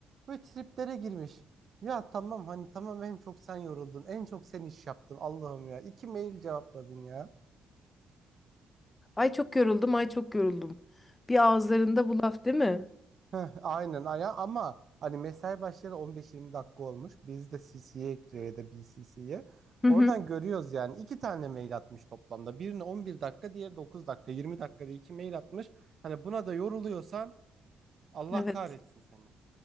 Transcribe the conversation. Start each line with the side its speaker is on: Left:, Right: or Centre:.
Right: böyle triplere girmiş. Ya tamam hani tamam en çok sen yoruldun en çok sen iş yaptın Allah'ım ya iki mail cevapladın ya.
Left: Ay çok yoruldum, ay çok yoruldum. Bir ağızlarında bu laf değil mi?
Right: Heh, aynen aya ama hani mesai başlayalı 15-20 dakika olmuş. Biz de CC'ye ekliyor ya da BCC'ye.
Left: Hı
Right: Oradan
Left: hı.
Right: görüyoruz yani iki tane mail atmış toplamda. Birine 11 dakika, diğeri 9 dakika, 20 dakikada iki mail atmış. Hani buna da yoruluyorsan Allah
Left: Evet,
Right: kahretsin seni.